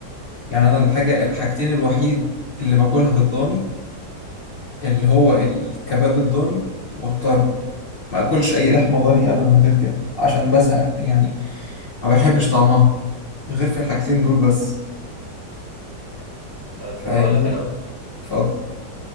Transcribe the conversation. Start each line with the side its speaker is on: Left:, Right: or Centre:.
Left: يعني انا الحاجه
Right: امم
Left: الحاجتين الوحيد اللي باكلها في الضاني اللي هو الكباب الضاني والطرب ما اكلش اي لحمه ضاني ابدا غير كده عشان بزهق يعني ما بحبش طعمها غير في الحاجتين دول بس
Right: طب
Left: فاهمني
Right: هقول لك انا بقى
Left: اتفضل